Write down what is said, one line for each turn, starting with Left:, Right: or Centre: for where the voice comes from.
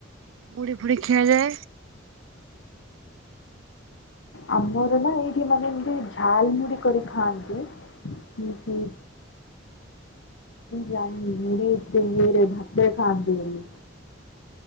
Right: ମୁଢ଼ି ଫୁଡ଼ି ଖିଆଯାଏ।
Left: ଆମର ନା ଏଇଠି ମାନେ ଏମିତି ଝାଲମୁଢ଼ି କରି ଖାଆନ୍ତି। ହୁଁ-ହୁଁ। ଜାଣିନି ମୁଢ଼ି ଏମିତି ଭାତରେ ଖାଆନ୍ତି ବୋଲି।